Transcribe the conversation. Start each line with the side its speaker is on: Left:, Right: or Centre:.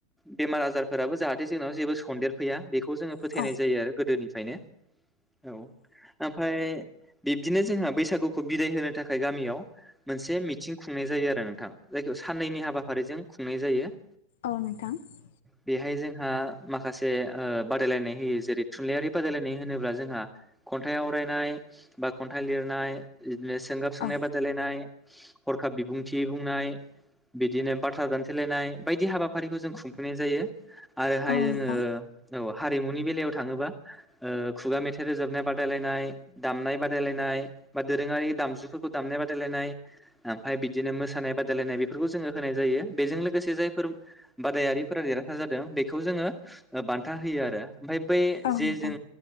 Centre: बेमार आजारफोराबो जाहाथे जोंनाव जेबो सन्देर फैया बेखौ खौ जोङो फोथायनाय
Left: औ
Centre: जायो आरो गोदोनिफ्रायनो। औ ओमफ्राय बिब्दिनो जोंहा बैसागुखौ बिदाय होनो थाखाय गामियाव मोनसे मिथिं खुंनाय जायो आरो नोंथां जायखौ साननैनि हाबाफारिजों खुंनाय जायो ।
Left: औ नोंथां ।
Centre: बेहाय जोंहा माखासे ओ बादायलायनाय होयो जेरै थुनलाइयारि बादायलायनाय होनोब्ला जोंहा खन्थाइ आवरायनाय बा खन्थाइ लिरनाय <unintelligible> सोंगाब
Left: औ
Centre: सोंनाय बादायलायनाय हरखाब बिबुंथि बुंनाय बिदिनो बाथ्रा दानथेलायनाय बायदि हाबाफारिखौ जों खुंफुंनाय जायो । आरोहाय
Left: औ
Centre: जोङो
Left: नोंथां
Centre: औ । हारिमुनि बेलायाव थाङोबा ओ खुगा मेथाइ रोजाबनाय बादायलायनाय दामनाय बादायलायनाय बा दोरोङारि दामजुफोरखौ दामनाय बादायलायनाय ओमफ्राय बिदिनो मोसानाय बादायलायनाय बे फोरखौ जोङो होनाय जायो बेजों लोगोसे जायफोर बादायारिफोरा देरहासार जादों बेखौ जोङो बान्था होयो आरो । ओमफाय बै
Left: औ
Centre: जे
Left: नोंथां
Centre: जों